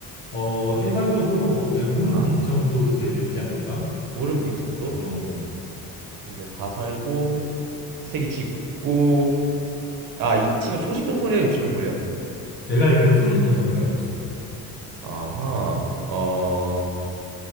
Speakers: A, on the left; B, on the right.
A: 어, 일반적으로 그냥 무릎
B: 어,
A: 밑 정도도 되지 않을까?
B: 무릎 밑 정도?
A: 어.
B: 근데 다 살고. 색이 짙고 아 이 친구 초식 동물이야 육식 동물이야?
A: 내가 알기로 초식 동물로 알고 있어.
B: 아하 어